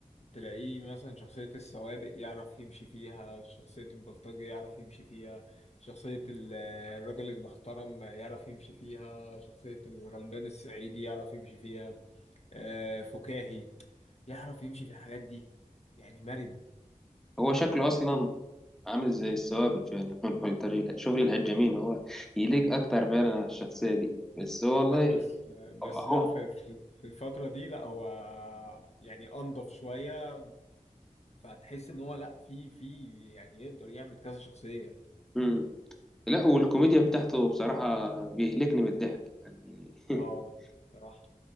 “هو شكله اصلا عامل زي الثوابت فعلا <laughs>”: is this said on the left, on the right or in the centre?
Centre